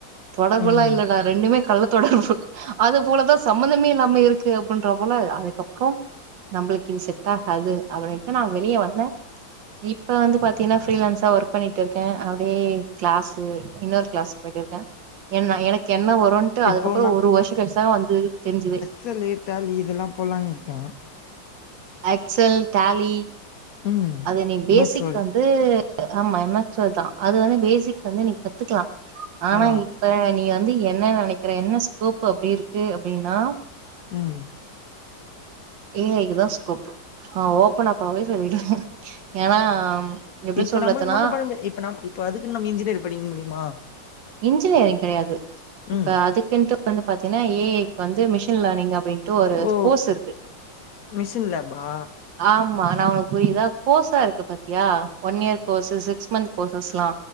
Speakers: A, on the right; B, on the left.
A: தொடர்புல்லாம்
B: ம்
A: இல்லடா ரெண்டுமே கள்ள தொடர்பு அது போலதான் சம்பந்தமே இல்லாம இருக்கு அப்பன்ற போல அதுக்கப்பறோ நம்மளுக்கு இது செட் ஆகாது அதுவரைக்கும் நான் வெளியே வந்தேன் இப்ப வந்து பாத்தீங்கன்னா ஃபிரீலான்ஸா ஒர்க் பண்ணிட்டு இருக்கேன் அப்டியே கிளாஸ்சு இன்னொரு கிளாஸ் போய்ட்டு இருக்கேன் ஏன்னா எனக்கு என்ன வரும்ன்ட்டு அதுக்கப்பறோ
B: இப்போ
A: ஒரு வருஷ கழிச்சிதா வந்து தெரிஞ்சிதே
B: ஸன லேட்டாலே இதெல்லாம் போலாம்ங் இருக்காங்க
A: அக்சல் தாலி
B: ம்
A: அது நீ
B: எம்
A: பேசிக்
B: எஸ் வேர்டு
A: வந்து ஆமா எம் எக்ஸ் வேர்தா அது வந்து பேசிக் வந்து நீ க த்துக்கலா ஆனா
B: ஆ
A: இப்ப நீ வந்து ஏ என்ன நெனைக்கிறே என்ன ஸ்கோப் அப்டி இருக்கு அப்டின்னா
B: ம்
A: ஏ இக்குதா ஸ்கோப் ஆ ஓபன்னப்பாவே சொல்ல ஏன்னா எப்டி
B: இப்ப
A: சொல்றதுன்னா
B: நம்மளுக்கு ஒன்னு பண்ண முடியாது இப்ப நம் இப்ப அதுக்குன்னு நம்ம இன்ஜினியர் படிக்க முடியுமா
A: இன்ஜினியரிங் கெடையாது இப்ப
B: ம்
A: அதுக்குன்ட்டு வந்து பாத்தீங்கன்னா ஏ ஐ க்கு வந்து மிஷின் லேர்னிங் அப்படின்ட்டு ஒரு
B: ஓ
A: கோர்ஸ் இருக்கு
B: மிஷின் லேபா
A: ஆமா நா உனக்கு புரியுதா கோர்ஸா இருக்கு பாத்தியா one year courses six month கோர்சஸ்லா